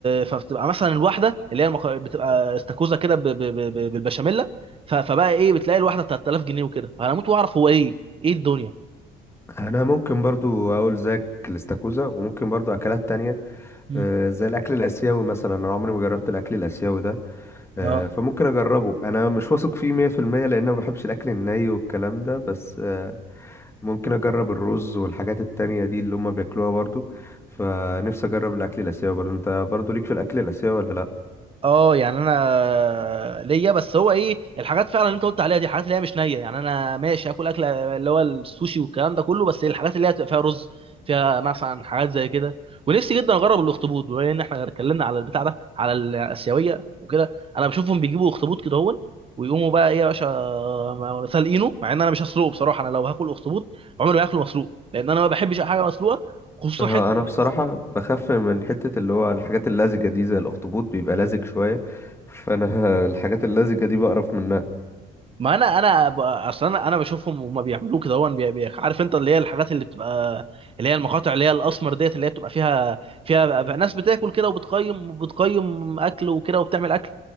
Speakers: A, on the right (about 35°); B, on the left (about 15°).
A: فبتبقى مثلا الواحده اللي هي المك... بتبقى استاكوزا كده ب- ب- ب- بالبشاميل ف- فبقى ايه بتلاقي الواحده 3000 جنيه وكده انا اموت واعرف هو ايه ايه الدنيا
B: انا ممكن برضو اقول زيك الاستاكوزا وممكن برضو اكلات تانية
A: مم.
B: آه، زي الاكل الاسيوي مثلا انا عمري ما جربت الاكل الاسيوي ده آه،
A: اه
B: فممكن اجربه انا مش واثق فيه 100% لان انا ما بحبش الاكل الني والكلام ده بس آه، ممكن اجرب الرز والحاجات التانية دي اللي هم بياكلوها برضو فنفسي اجرب الاكل الاسيوي برضو انت برضو ليك في الاكل الاسيوي ولا لا
A: اه يعني انا ليا بس هو ايه الحاجات فعلا اللي انت قلت عليها دي حاجات اللي هي مش نيه يعني انا ماشي اكل اكله اللي هو السوشي والكلام ده كله بس الحاجات اللي هي تبقى فيها رز فيها مثلا حاجات زي كده ونفسي جدا اجرب الاخطبوط بما ان احنا اتكلمنا على البتاع ده على الاسيويه وكده انا بشوفهم بيجيبوا اخطبوط كده هون ويقوموا بقى ايه يا باشا م- سالقينه مع ان انا مش هسلقه بصراحه انا لو هاكل اخطبوط عمري ما هاكله مسلوق لان انا ما بحبش اي حاجه مسلوقه خصوصا
B: آه،
A: حته
B: انا بصراحة بخاف من حتة اللي هو الحاجات اللزجة دي زي الاخطبوط بيبقى لزج شوية فانا <laughs> الحاجات اللزجة دي بقرف منها
A: ما انا انا ب- اصلا انا انا بشوفهم وما بيعملوه كده هو بي- بي- عارف انت اللي هي الحاجات اللي بتبقى اللي هي المقاطع اللي هي الاسمر ديت اللي هي بتبقى فيها فيها بقى ناس بتاكل كده وبتقيم بتقيم اكل وكده وبتعمل اكل